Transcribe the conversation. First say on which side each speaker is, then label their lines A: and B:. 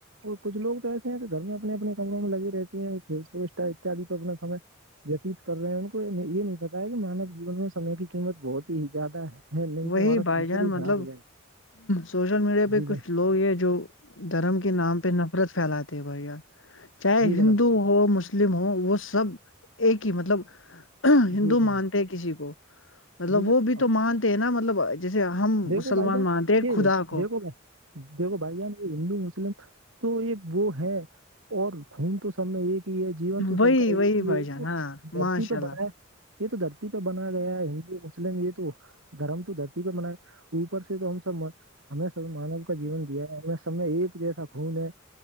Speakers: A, on the right; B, on the left.
A: اور کچھ لوگ تو ایسے ہیں کہ گھر میں اپنے اپنے کمروں میں لگی رہتی ہیں فسسٹا اتیاد پ اپنا سمے وتیت کر رہے ہیں ان کو یہ نہیں پتا ہے کہ مانو جیون میں سمے کی قیمت بہت ہی زیادہ ہے نہیں تو
B: وہی
A: ہمارا
B: بائی
A: فیوچر
B: چانس
A: ہی خراب
B: مطلب
A: ہو جائے گا۔
B: سوشل میڈیا پہ
A: جی جناب
B: کچھ لوگ یہ جو دھرم کے نام پہ نفرت پھیلاتے بھائی یار چاہے
A: جی جناب
B: ہندو ہو ہو مسلم ہو وہ سب ایک ہی مطلب ہندو
A: جی جناب
B: مان کسی کو مطلب
A: جی جناب
B: وہ بھی تو مانتے ہیں نا مطلب جیسے ہم
A: دیکھو
B: مسلمان
A: بھائی جان
B: مانتے ہیں
A: یہ
B: خدا کو
A: دیکھو بھائی دیکھو بھائی جان ہندو مسلم تو ایک وہ ہے اور گھوم تو سب میں ایک کہ یہ جیون تو سب
B: وہی
A: کا یہ
B: وہی
A: ہی ہے
B: بھائی
A: یہ
B: جان
A: تو
B: ہاں
A: دھرتی
B: ماشاء
A: پہ
B: اللہ
A: بنا ہے یہ تو دھرتی پہ بنایا گیا ہے ہندو مسلم یہ تو دھرم تو دھرتی پہ بنایا اوپر سے تو ہم سب ہمیں سب مانو کا جیون دیا ہے ہم سب میں ایک جیسا خون ہے